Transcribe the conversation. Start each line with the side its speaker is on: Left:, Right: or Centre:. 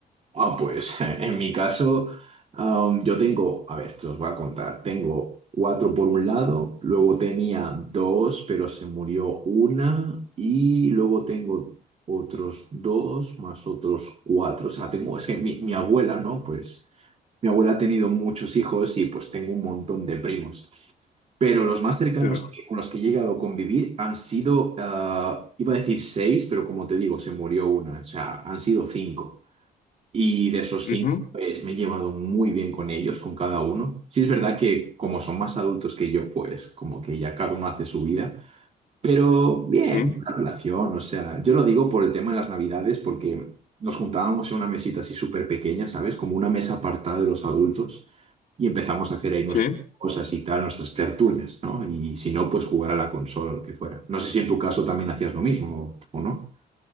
Right: Ah, pues <laughs> en mi caso, am, yo tengo, a ver, te los voy a contar. Tengo cuatro por un lado, luego tenía dos, pero se murió una, y luego tengo otros dos más otros cuatro. O sea, tengo, es que mi, mi abuela, ¿no? Pues mi abuela ha tenido muchos hijos y pues tengo un montón de primos. Pero los más cercanos
Left: Claro.
Right: que- con los que he llegado a convivir han sido, ah, iba a decir seis, pero como te digo, se murió una. O sea, han sido cinco. Y de esos
Left: Ujú,
Right: cinco, pues me he llevado muy bien con ellos, con cada uno. Sí es verdad que como son más adultos que yo, pues como que ya cada uno hace su vida, pero bien,
Left: Sí,
Right: la relación, o sea, yo lo digo por el tema de las navidades, porque nos juntábamos en una mesita así súper pequeña, ¿sabes? Como una mesa apartada de los adultos y empezamos a hacer ahí nuestras
Left: sí.
Right: cosas y tal, nuestras tertulias, ¿no? Y si no, pues jugar a la consola o lo que fuera. No sé si en tu caso también hacías lo mismo o o no.